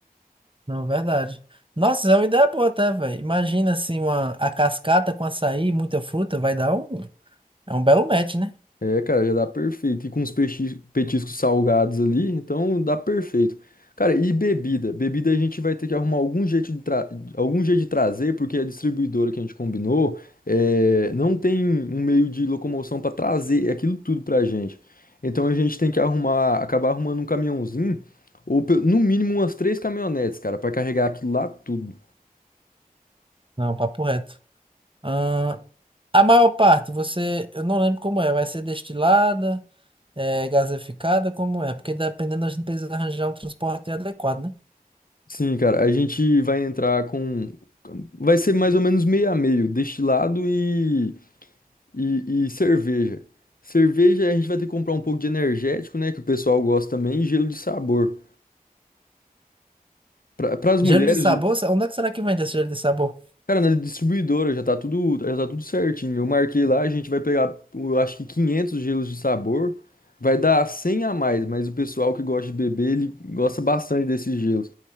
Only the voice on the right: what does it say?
Não, verdade. Nossa, é uma ideia boa até, velho. Imagina assim, uma, a cascata com açaí e muita fruta, vai dar um. É um belo match, né?
Não, papo reto. Ahn, a maior parte, você. Eu não lembro como é, vai ser destilada. É gaseificada, como é? Porque dependendo, a gente precisa arranjar um transporte adequado, né?
Gelo de sabor?
se- Onde é que será que vende esse gelo de sabor?